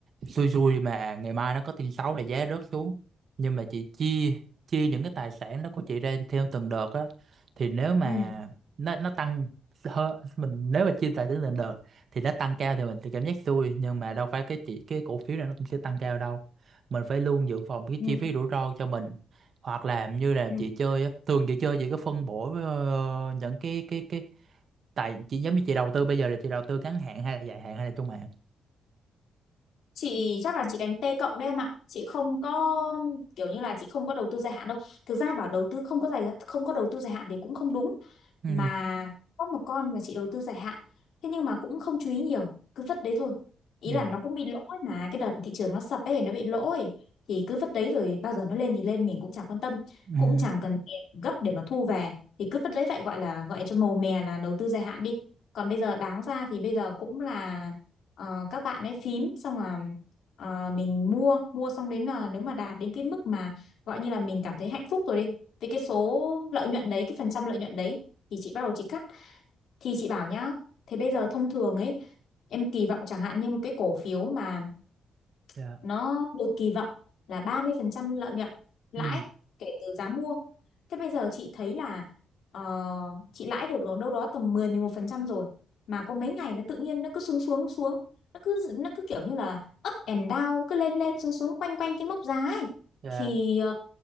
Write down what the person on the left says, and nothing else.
Ừ.
Ừ.
Ừ.
Chị chắc là chị đánh T cộng đấy em ạ chị không có kiểu như là chị không có đầu tư dài hạn đâu thực ra bảo đầu tư không có dài không có đầu tư dài hạn thì cũng không đúng
mà có một con mà chị đầu tư dài hạn thế nhưng mà cũng không chú ý nhiều cứ vứt đấy thôi ý
là nó cũng bị lỗ ấy mà cái đợt thị trường nó sập ấy nó bị lỗ ấy thì cứ vứt đấy rồi bao giờ nó lên thì lên mình cũng chẳng quan tâm
cũng chẳng cần tiền gấp để mà thu về thì cứ vứt đấy vậy gọi là gọi cho màu mè là đầu tư dài hạn đi còn bây giờ đáng ra thì bây giờ cũng là ờ, các bạn ấy phím xong là ờ, mình mua mua xong đến là nếu mà đạt đến cái mức mà gọi như là mình cảm thấy hạnh phúc rồi đi thì cái số lợi nhuận đấy cái phần trăm lợi nhuận đấy thì chị bắt đầu chị cắt thì chị bảo nhá thế bây giờ thông thường ấy em kỳ vọng chẳng hạn như một cái cổ phiếu mà
nó được kỳ vọng là 30% lợi nhuận lãi
kể từ giá mua. Thế bây giờ chị thấy là ờ, chị lãi được đâu đó tầm mười mười một phần trăm rồi mà có mấy ngày nó tự nhiên nó cứ xuống xuống xuống nó cứ nó cứ kiểu như là up and down nó cứ lên lên xuống xuống quanh quanh cái mốc giá ấy
thì ờ,